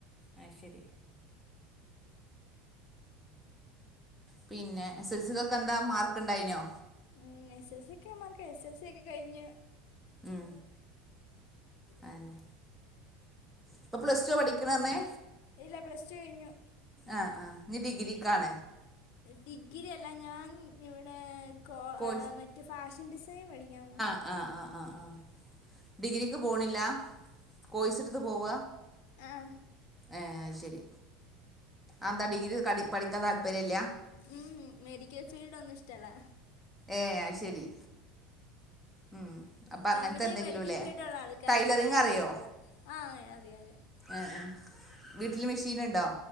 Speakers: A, in the centre; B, on the left.
A: അയ്ശെരി. പിന്നെ എസ് എസ് ൽ സി ഒക്കെ എന്താ മാർക്ക് ഉണ്ടായിനോ?
B: ഉം എസ് എസ് സി ക്കെ മർക്ക എസ് എസ് സ ഒക്കെ കഴിഞ്ഞ്
A: ഉം അഎന്നെ ഇപ്പോ പ്ലസ് ടു പഠിക്കണർഞ്ഞെ
B: ഇല്ല പ്ലസ് ടു കഴിഞ്ഞു.
A: ആഹ് ആഹ് ഇനി ഡിഗ്രിക്കാണ്.
B: ഡിഗ്രി അല്ല ഞാൻ ഇവിടെ കോ
A: കോഴ്സ്
B: ഏഹ് മറ്റെ ഫാഷൻ ഡിസ് ദേ <unintelligible>
A: ആഹ് ആഹ് ആഹ് ആഹ് ഡിഗ്രിക്ക് പോണില്ല കോയ്സെടുത്ത് പോവ
B: ഏഹ്
A: ഏഹ് ശരി ആന്താ ഡിഗ്രി ക പഠിക്കാൻ താല്പര്യല്ല
B: ഉം ഉം മെഡിക്കൽ ഫീൽഡ് ഒന്നും ഇഷ്ടല്ല.
A: ഏഹ് അയ്ശരി. ഉം. അപ്പം
B: ഫാമിലി
A: അങ്ങനത്തെ എന്തെങ്കിലുംല്ലേ
B: മെഡിക്കൽ ഫീൽഡ് ഉള്ള ആൾക്കാര
A: ടൈലറിങ്
B: അപ്പോ എനിക്കിഷ്ടല്ല
A: അറിയോ
B: ആഹ് അറിയ അറിയെ-
A: ഏഹ് ഏഹ് വീട്ടില് മെഷീന് ണ്ടോ?